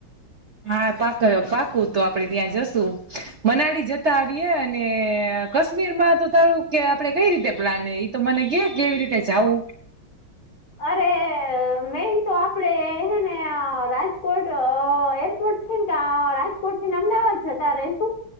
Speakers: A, on the right; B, on the left.
A: હા પાક પાકુંતો આપડે ત્યાં જશું મનાલી જતા આવીયે અને કાશ્મીરમાં તો તારું કે આપડે કઈ રીતે પ્લાન ઈતો મને કે કેવી રીતે જવું
B: અરેઈએ મેનતો આપળડે હેને રાજકોટ એરપોર્ટથી ન કા રાજકોટ એરપોર્ટથી અમદાવાદ જતા રહેશું